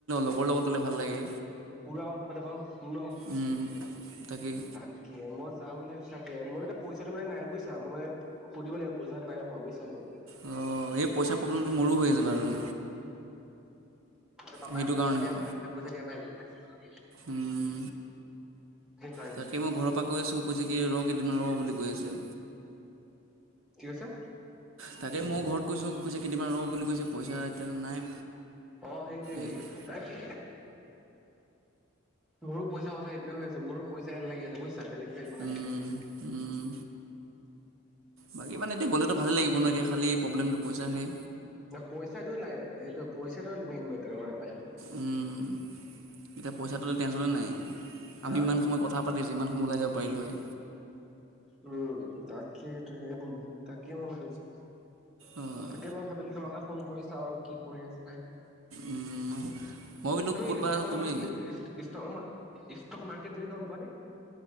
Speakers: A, on the right (about 75°); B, in the centre.
A: লগৰ লগত গ'লে ভাল লাগে।
B: পুৰা উৎপাত হব ন,
A: উম, তাকেই
B: তাকে মই যা যাম বুলি ভাবিছো তাকে মোৰ এতিয়া পইচা টো মানে নাই বুইছা মই মানে সুধিব লাগিব পইচাটো নাই হোৱা বুজিছ মোৰ।
A: অ এই পইচা প্ৰব্লেমটো মোৰো হৈ আছে বাৰু।
B: ত পাপাই
A: সেইটো
B: পইচা
A: কাৰণেহে
B: দিয়া কথাছিলে ল, পইচা দিয়া নাই। <unintelligible>
A: উম,
B: সেইকাৰণে
A: তাকে মই ঘৰৰ পৰা কৈ আছোঁ কৈছে কি ৰ কেইদিন ৰ বুলি কৈ আছে।
B: কি কৈছে?
A: তাকে মই ঘৰত কৈছো কেইদিনমান ৰ বুলি কৈছে পইচা এতিয়া নাই।
B: অ সেইটোৱে
A: এই
B: তাকে মোৰো পইচা কথা এইটোৱে মোৰো পইচা লাগি আছে বুই ছা বেলেগটো একো নাই।
A: উম, উম, বাকী মানে এতিয়া গ'লেতো ভালেই লাগিব ন এতিয়া খালি প্ৰব্লেমটো পইচাৰ হে।
B: পইচাটো নাই সেইটো পইচাটো মেইন মেটাৰ কৰে লাইফ ফত।
A: উম, এতিয়া পইচাটো'লে টেনশ্যনে নাই। আমি
B: হা
A: ইমান সময় কথা পাতি যিমান ওলাই যাব পাৰিলো হয়।
B: উম তাকে তু সেই বোৰ তাকেই মই ভাবিছোঁ।
A: অ'
B: তাকে মই ভাবিলো তোমাকে ফোন কৰি চাওঁ। কি কৰি আছ নাই
A: উম, মই বোলো
B: তুমি
A: ক'ত বা
B: ষ্টক মাৰ্কেট
A: তুমি
B: বুলি ষ্টক মাৰ ষ্টক মাৰ্কেট তুমি গম পোৱা নে?